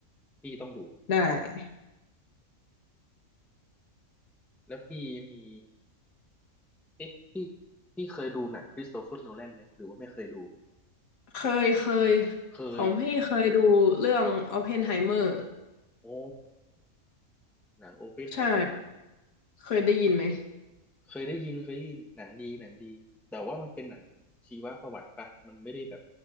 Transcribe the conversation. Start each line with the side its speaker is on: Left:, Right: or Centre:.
Centre: ำพี่ต้องดู
Left: ได้
Centre: แล้วพี่มีเอ๊ะพี่พี่เคยดูหนังคริสโตเฟอร์โนแลนไหมหรือว่าไม่เคยดู
Left: เคยเคย
Centre: เคย
Left: ของพี่เคยดูเรื่อง o อปเพนไฮเมอร์
Centre: โอ้หนังโอเพนไฮเมอร์
Left: ใช่เคยได้ยินไหม
Centre: เคยได้ยินเคยได้ยินหนังดีหนังดีแต่ว่ามันเป็นหนังชีวประวัติปะมันไม่ได้แบบ